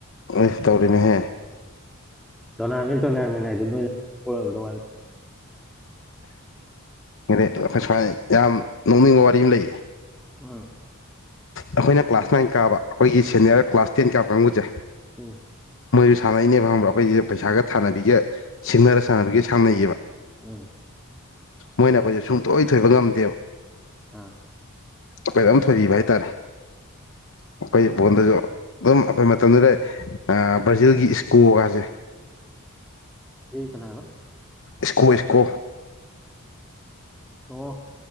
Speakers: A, on the left; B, in the centre.
A: ꯎ ꯇꯔꯤꯃꯦ ꯍ
B: ꯅ ꯇꯅꯃꯤ ꯅ ꯑꯗꯨꯉ <unintelligible>
A: ꯑꯩꯈꯣꯏ ꯁꯨꯃꯥꯏꯅ ꯌꯥꯝ ꯅꯣꯛꯅꯤꯡꯕ ꯋꯥꯔꯤ ꯑꯃ ꯂꯩꯌꯦ
B: ꯎꯝ
A: ꯑꯩꯈꯣꯏꯅ ꯀ꯭ꯂꯥꯁ ꯅꯥꯏꯟ ꯀꯥꯕ ꯑꯩꯈꯣꯏꯒꯤ ꯁꯦꯅꯤꯌꯔ ꯀ꯭ꯂꯥꯁ ꯇꯦꯟ ꯀꯥꯕ ꯀꯥꯡꯕꯨꯁꯦ
B: ꯎꯝ
A: ꯃꯣꯏꯁꯨ ꯁꯥꯟꯅꯩꯅꯦꯕ ꯈꯪꯕ꯭ꯔꯥ ꯑꯩꯈꯣꯏꯁꯦ ꯄꯩꯁꯥꯒ ꯊꯥꯟꯅꯕꯤꯒ ꯁꯤꯡꯅꯔ ꯁꯥꯟꯅꯕꯤꯒ ꯁꯥꯟꯅꯩꯌꯦꯕ
B: ꯎꯝ
A: ꯃꯣꯏꯅ ꯑꯩꯈꯣꯏꯁꯦ ꯁꯨꯡꯇꯣꯏ ꯊꯣꯏꯕ ꯉꯝꯗꯦꯕ
B: ꯑꯥ
A: ꯑꯩꯈꯣꯏꯔꯝ ꯊꯣꯏꯕ ꯍꯥꯏꯇꯥꯔꯦ ꯑꯩꯈꯣꯏ ꯕꯣꯟꯗꯁꯨ ꯑꯗꯨꯝ ꯑꯩꯈꯣꯏ ꯃꯇꯝꯗꯨꯗ ꯕ꯭ꯔꯥꯖꯤꯜꯒꯤ ꯏꯁꯀꯣꯒꯁꯦ <inaudible>
B: ꯀꯅꯥꯕ
A: ꯏꯀꯣ ꯏꯀꯣ
B: ꯑꯣ